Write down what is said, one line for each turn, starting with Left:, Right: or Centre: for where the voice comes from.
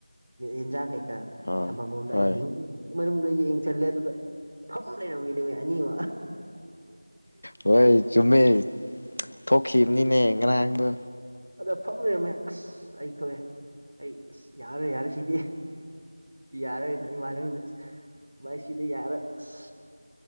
Right: ꯌꯦꯟꯁꯥꯡ ꯀꯩꯀꯥ
Left: ꯑꯥ
Right: ꯊꯝꯐꯝ ꯑꯃꯣꯝꯗ
Left: ꯍꯣꯏ
Right: ꯑꯩ ꯃꯅꯨꯡꯗ ꯆꯜꯂꯦ ꯑꯗꯨꯒ ꯐꯝ ꯂꯩꯔꯝꯃꯤꯅꯦꯃꯤ ꯑꯅꯤꯃꯛ
Left: ꯍꯣꯏ ꯆꯨꯝꯃꯦ ꯊꯣꯛꯈꯤꯕꯅꯤꯅꯦ ꯉꯔꯥꯡꯗꯣ
Right: ꯑꯗ ꯐꯝ ꯂꯩꯔꯝꯃꯦ ꯑꯁ ꯑꯩ ꯊꯣꯛꯑꯦ ꯑꯩ ꯑꯁ ꯌꯥꯔꯦ ꯌꯥꯔꯦ ꯁꯤꯗꯤ ꯌꯥꯔꯣꯏꯅ ꯏꯃꯥꯟꯅꯕꯅ ꯚꯥꯏ ꯁꯤꯗ ꯌꯥꯔ ꯑꯁ